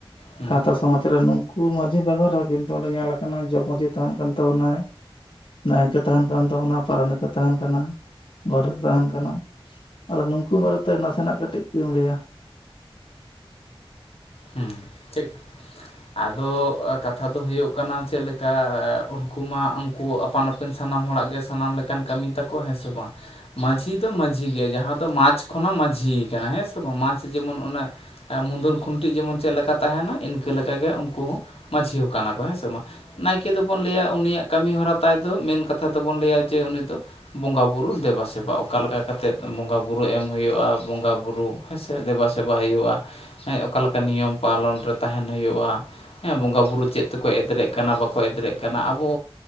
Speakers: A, on the left (about 80°); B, on the left (about 65°).
A: ᱦᱮᱸ
B: ᱥᱟᱶᱛᱟ ᱥᱚᱢᱟᱡᱽ ᱨᱮ ᱱᱩᱠᱩ ᱢᱟᱺᱡᱷᱤ ᱵᱮᱜᱚᱨᱟ ᱠᱤᱱᱛᱩ ᱚᱸᱰᱮ ᱧᱮᱞ ᱟᱠᱟᱱᱟ ᱡᱚᱜᱽ ᱢᱟᱺᱡᱷᱤ ᱛᱟᱦᱮᱱ ᱠᱟᱱ ᱛᱟᱵᱚᱱᱟᱭ ᱱᱟᱭᱠᱮ ᱛᱟᱦᱮᱱ ᱠᱟᱱ ᱛᱟᱵᱚᱱᱟ ᱯᱟᱨᱱᱤᱠ ᱛᱟᱦᱮᱱ ᱠᱟᱱᱟ ᱜᱚᱰᱮᱛ ᱛᱟᱦᱮᱱ ᱠᱟᱱᱟ ᱟᱫᱚ ᱱᱩᱝᱠᱩ ᱵᱟᱨᱮᱛᱮ ᱱᱟᱥᱮᱱᱟᱜ ᱠᱟᱹᱴᱤᱡ ᱮᱢ ᱞᱟᱹᱭᱟ
A: ᱦᱮᱸ ᱴᱷᱤᱠ ᱟᱫᱚ ᱠᱟᱛᱷᱟ ᱫᱚ ᱦᱩᱭᱩᱜ ᱠᱟᱱᱟ ᱪᱮᱫ ᱞᱮᱠᱟ ᱩᱱᱠᱩ ᱢᱟ ᱩᱱᱠᱩ ᱟᱯᱟᱱ ᱟᱯᱤᱱ ᱥᱟᱱᱟᱢ ᱦᱚᱲᱟᱜ ᱜᱮ ᱥᱟᱱᱟᱢ ᱞᱮᱠᱟᱱ ᱠᱟᱹᱢᱤ ᱛᱟᱠᱚ ᱦᱮᱸ ᱥᱮ ᱵᱟᱝ ᱢᱟᱹᱡᱷᱤ ᱫᱚ ᱢᱟᱹᱡᱷᱤ ᱜᱮ ᱡᱟᱦᱟᱸ ᱫᱚ ᱢᱟᱡᱽᱷ ᱠᱷᱚᱱᱟᱜ ᱢᱟᱹᱡᱷᱤ ᱠᱟᱱᱟ ᱦᱮᱸ ᱥᱮ ᱵᱟᱝ ᱢᱟᱡᱷᱤ ᱡᱮᱢᱚᱱ ᱚᱱᱟ ᱢᱩᱫᱚᱱ ᱠᱷᱚ ᱠᱷᱩᱱᱴᱤ ᱡᱮᱢᱚᱱ ᱪᱮᱫ ᱞᱮᱠᱟ ᱛᱟᱦᱮᱱᱟ ᱤᱱᱠᱟᱹ ᱞᱮᱠᱟᱜᱮ ᱩᱱᱠᱩ ᱦᱚᱸ ᱢᱟᱹᱡᱷᱤ ᱠᱟᱱᱟ ᱠᱚ ᱦᱮᱸ ᱥᱮ ᱢᱟ ᱱᱟᱭᱠᱮ ᱫᱚᱵᱚᱱ ᱞᱟᱹᱭᱟ ᱩᱱᱤᱭᱟᱜ ᱠᱟᱹᱢᱤᱦᱚᱨᱟ ᱛᱟᱭ ᱫᱚ ᱢᱮᱱ ᱠᱟᱛᱷᱟ ᱫᱚᱵᱚᱱ ᱞᱟᱹᱭᱟ ᱡᱮ ᱩᱱᱤ ᱫᱚ ᱵᱚᱸᱜᱟᱼᱵᱩᱨᱩ ᱫᱮᱵᱟ ᱥᱮᱵᱟ ᱚᱠᱟ ᱞᱮᱠᱟ ᱠᱟᱛᱮᱫ ᱵᱚᱸᱜᱟᱼᱵᱩᱨᱩ ᱮᱢ ᱦᱩᱭᱩᱜᱼᱟ ᱵᱚᱸᱜᱟᱼᱵᱩᱨᱩ ᱦᱮᱸ ᱥᱮ ᱫᱮᱵᱟ ᱥᱮᱵᱟ ᱦᱩᱭᱩᱜᱼᱟ ᱦᱮᱸ ᱚᱠᱟ ᱞᱮᱠᱟ ᱱᱤᱭᱚᱢ ᱯᱟᱞᱚᱱ ᱨᱮ ᱛᱟᱦᱮᱱ ᱦᱩᱭᱩᱜᱼᱟ ᱦᱮᱸ ᱵᱚᱸᱜᱟ ᱵᱩᱨᱩ ᱪᱮᱫ ᱛᱮᱠᱚ ᱮᱫᱨᱮᱜ ᱠᱟᱱᱟ ᱵᱟᱠᱚ ᱮᱫᱨᱮᱜ ᱠᱟᱱᱟ ᱟᱵᱚ